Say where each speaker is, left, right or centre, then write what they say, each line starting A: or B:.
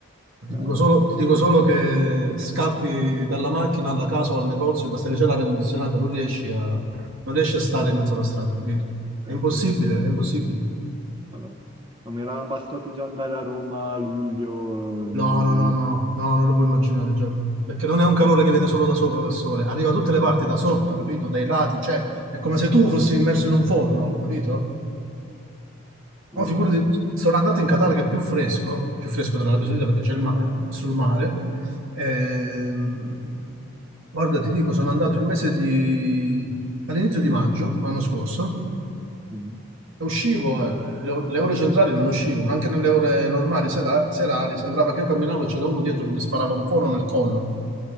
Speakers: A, on the right; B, on the right.
A: Ti dico
B: Eh, no,
A: solo,
B: lì...
A: ti dico solo che scappi dalla macchina alla casa o al negozio, basta che c'è l'aria condizionata, non riesci a, non riesci a stare
B: Mhm.
A: in mezzo alla strada, capito? È
B: Eh,
A: impossibile,
B: <laughs>
A: è impossibile.
B: Allora, no, mi era bastato già andare a Roma a luglio eh,
A: No,
B: di...
A: no, no, no, no, non lo puoi immaginare, Giacomo, perché non è un calore
B: eh,
A: che viene solo da sopra, dal sole, arriva da tutte le parti, da sotto, capito? Dai lati, cioè, è come se tu fossi immerso in un forno, capito? No,
B: Madonna.
A: figurati, sono andato in Qatar che è più fresco, più fresco dell'Arabia Saudita perché c'è il ma- è sul mare. Ehm, guarda, ti dico, sono andato il mese di... all'inizio di maggio, l'anno scorso,
B: Mhm.
A: Uscivo, eh, le, le ore centrali non uscivo, ma anche nelle ore normali, sera- serali, sembrava che io camminavo e c'era uno dietro che mi sparava un fono nel collo.